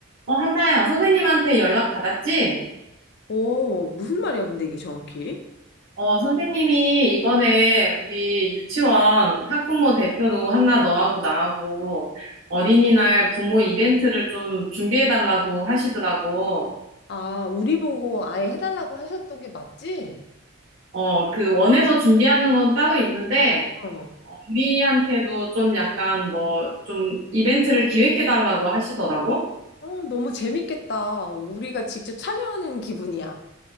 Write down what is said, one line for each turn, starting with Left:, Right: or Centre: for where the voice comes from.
Right: 어, 한나야, 선생님한테 연락 받았지?
Left: 어, 무슨 말이야, 근데 이게 정확히?
Right: 어, 선생님이 이번에 우리 유치원 학부모 대표로 한나 너하고 나하고 어린이날 부모 이벤트를 좀 준비해달라고 하시더라고.
Left: 아, 우리 보고 아예 해달라고 하셨던 게 맞지?
Right: 어, 그 원에서 준비하는 건 따로 있는데,
Left: 어.
Right: 어, 우리한테도 좀 약간 뭐 좀 이벤트를 기획해달라고 하시더라고.
Left: 어, 너무 재밌겠다. 우리가 직접 참여하는 기분이야.